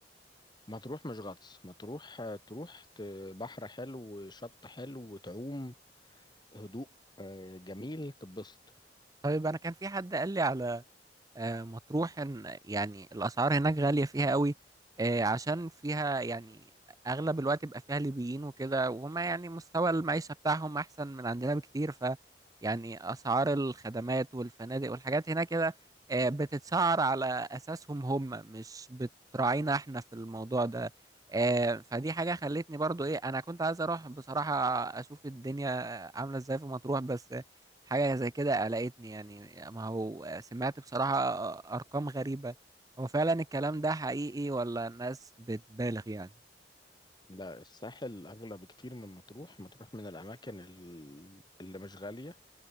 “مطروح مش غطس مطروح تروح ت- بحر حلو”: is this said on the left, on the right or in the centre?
Left